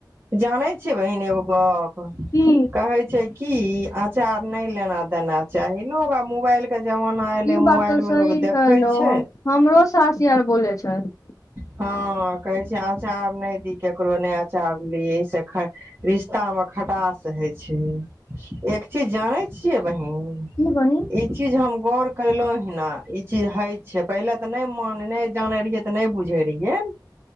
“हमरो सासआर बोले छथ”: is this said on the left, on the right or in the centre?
Left